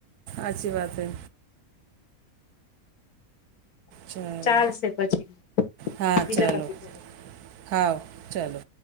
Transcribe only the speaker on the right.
અચછી વાત હૈ. ચાલો
હા
ચાલો
હા ચાલો